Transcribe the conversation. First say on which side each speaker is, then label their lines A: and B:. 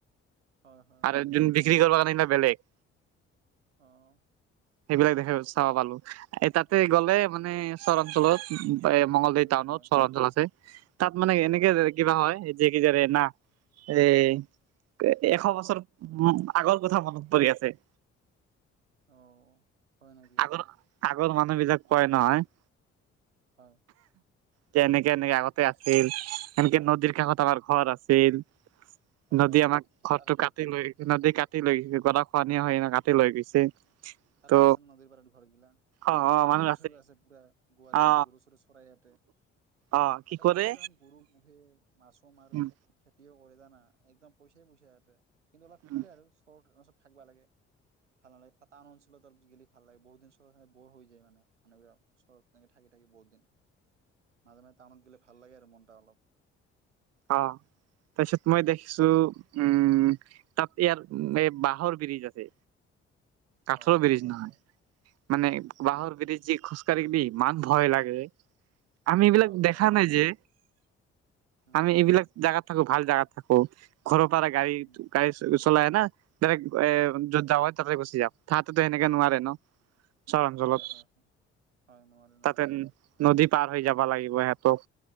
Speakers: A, on the right; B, on the right.
A: হয়, হয়,
B: আৰু
A: হয়,
B: যোনে বিক্ৰী কৰে-। বেলেগ।
A: অঁহ।
B: সেইবিলাক দেখা, চাব পালো। এই তাতে গ'লে মানে চৰণ-। <unintelligible> এ' মঙলদৈ'ত
A: উম,
B: টাউনত
A: হয়,
B: চৰা তল আছে? তা'ত মানে এনেকে
A: হয়।
B: কিবা হয়-। যে কি জাৰে না। এ' এশ বছৰ আগৰ কথা মনত পৰি আছে।
A: অঁ হয় নেকি।
B: আগৰ আগৰ মানুহবিলাক কয় নহয়।
A: অ।
B: যে এনেকে এনেকে আগতে আছিল, এনেকে নদীৰ কাষত আমাৰ ঘৰ আছিল।
A: হয়,
B: নদী
A: হয়, হয়।
B: আমাক ঘৰটো
A: আৰু দে
B: কাটি লৈ নদীক কাটি লৈ গৈছে। গৰা-খহনীয়া হয় না, কাটি লৈ গৈছে।
A: তাতে
B: ত'
A: আছে ন' নদীৰ পাৰতো ঘৰগিলা?
B: অ অ মানুহ
A: গৰু-চৰু আছে পুৰা, গোহালি
B: অ
A: আছে, গৰু-চৰু চৰাই ইয়াতে।
B: অ
A: তাতে
B: কি
A: চ
B: কৰে
A: <unintelligible> তে হেন গৰু পোহে, মাছো মাৰ,
B: উম
A: খেতিও কৰে। জানা, একদম পইচাই পইচা ইয়াতে। কিন্তু অলপ সেইটোৱে
B: উম
A: আৰু চ থাকিবা লাগে। ভাল নালাগে তাত টাউন অঞ্চলত আৰু গেলি ভাল লাগে। বহুত দিন চহৰখন বৰ হৈ যায় মানে মানুহবিলাক। চহৰ তেনেকে থাকি থাকি বহু দিন, মাজে মাজে টাউনত গেলে ভাল লাগে আৰু মনটা অলপ।
B: অ' তাৰপিছত মই দেখিছোঁ উম। তাত ইয়াৰ এই বাঁহৰ ব্ৰিজ আছে। কাঠৰৰ
A: অ
B: ব্ৰিজ
A: হয়
B: নহয়,
A: হয়
B: মানে
A: উম উম
B: বাঁহৰ ব্ৰীজ যি খ কাঢ়িবি ইমান ভয় লাগে। আমি এইবিলাক
A: অ অ
B: দেখা নাই যে।
A: উম
B: আমি
A: উম
B: এইবিলাক
A: উম
B: জাগাত থাকোঁ, ভাল জাগা থাকোঁ। ঘৰৰ পৰা গাড়ী
A: উম
B: টো- গাড়ী চলাই না? দাইৰেক এ- য'ত যাৱা হয়, তাতে গুচি যাওঁ। তাহাৰ তাতেটো সেনকে নোৱাৰে ন'? চৰ অঞ্চলত
A: হয় - হয়। হয়, নোৱাৰে -
B: তাতে
A: নোৱাৰে।
B: নদী পাৰ হৈ যাবা লাগিব সেহঁতক।